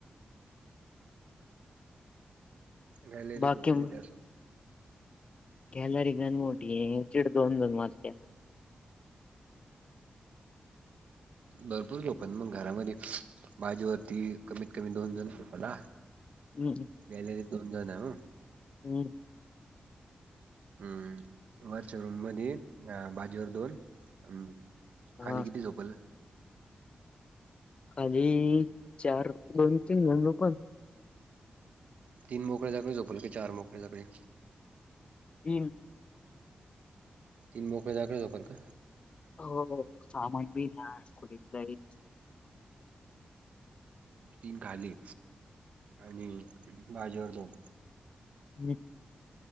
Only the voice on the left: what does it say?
बाकी
कॅलरी गण मोठी आहे दीड, दोन, दोन वाजत्यात.
हम्म.
हम्
हा
खाली चार, दोन, तीन, जण झोपणं.
तीन.
हो सामान बीना कुठं तरी-
मी.